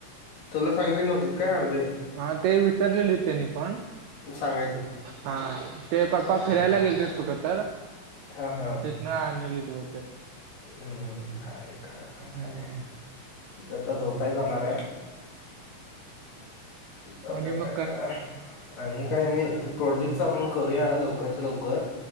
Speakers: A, on the left; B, on the right.
A: तुला सांगली नव्हतीत काय आणले?
B: हा, ते विसरलेली, त्यांनी पण
A: सांगायचं
B: हा, ते पप्पा
A: हा
B: फिरायला गेलते, कुठं तर?
A: हा, हा
B: नाय, आनलीलीत बहुतेक
A: हम्म, भारी, <unintelligible>
B: हम्म हम्म
A: मी आता झोपाय जाणार हाय इथं, आता
B: आणि मग
A: काय? आणि काय नाही, ते प्रोजेक्टच आपण करूया, लवकरच्या लवकर